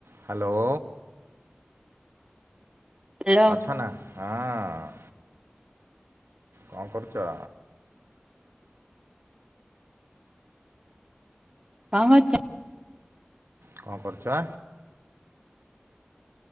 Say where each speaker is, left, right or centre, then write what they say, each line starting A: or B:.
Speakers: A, on the right; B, on the right.
A: Hello.
B: Hello
A: ଅଛ ନା ହଁ। କଣ କରୁଛ।
B: ଙ୍କ କରୁଚ।
A: କଣ କରୁଚ।